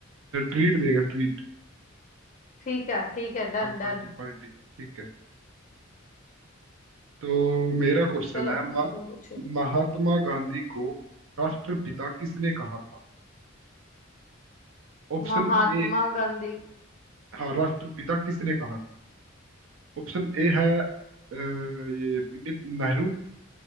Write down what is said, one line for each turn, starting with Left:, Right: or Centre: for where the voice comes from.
Right: ट्रीट देगा ट्रीट
Left: ठीक है ठीक है डन
Right: हाँ पार्टी
Left: डन
Right: पार्टी ठीक है तो मेरा क्वेश्चन
Left: चलो
Right: है महा-
Left: अब तुम पूछो
Right: महात्मा गांधी को राष्ट्रपिता किसने कहा था ऑप्शन
Left: महात्मा
Right: ए
Left: गांधी
Right: हाँ राष्ट्रपिता किसने कहा था ऑप्शन ए है अ, ये पंडित नेहरू